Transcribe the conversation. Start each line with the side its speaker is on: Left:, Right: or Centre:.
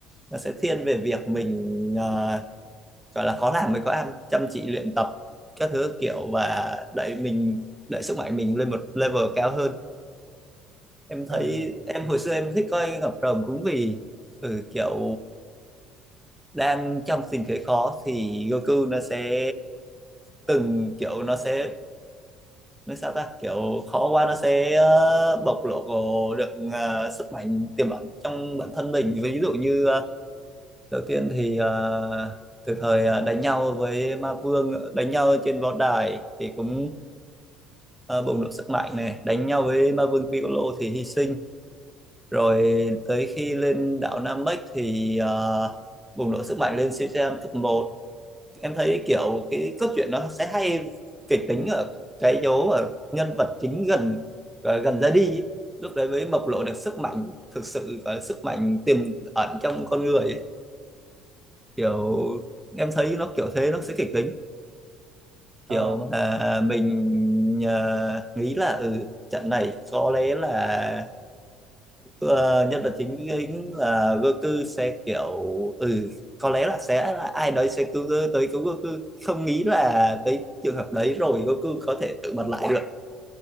Centre: nó sẽ thiên về việc mình ờ, gọi là có làm mới có ăn chăm chỉ luyện tập các thứ kiểu và đẩy mình đẩy sức mạnh mình lên một level cao hơn em
Right: Ờ.
Centre: thấy em
Right: Ừ.
Centre: hồi xưa em thích coi Ngọc Rồng cũng vì ừ, kiểu đang trong tình thế khó thì Goku nó sẽ từng kiểu nó sẽ nói sao ta kiểu khó quá nó sẽ ờ, bộc lộ được ờ, sức mạnh tiềm ẩn trong bản thân mình ví dụ như ờ, đầu tiên thì à, từ thời à, đánh nhau với ma vương đánh nhau trên võ đài thì cũng à, bùng nổ sức mạnh này đánh nhau với ma vương Piccolo thì hy sinh rồi tới khi lên đảo Namek thì à, bùng nổ sức mạnh lên Shichiran cấp một em thấy kiểu cái cốt truyện nó sẽ hay kịch tính ở cái dấu ở nhân vật chính gần à, gần ra đi ý. lúc đấy mới bộc lộ được sức mạnh thực sự và sức mạnh tiềm ẩn trong con người kiểu em thấy nó kiểu thế nó sẽ kịch tính
Right: Ờ,
Centre: kiểu à, mình à, nghĩ là ừ trận này có lẽ là ờ, nhân vật chính chính là Goku sẽ kiểu ừ có lẽ là sẽ là ai đấy sẽ cứu tới cứu Goku không nghĩ là tới trường hợp đấy rồi Goku có thể tự bật lại được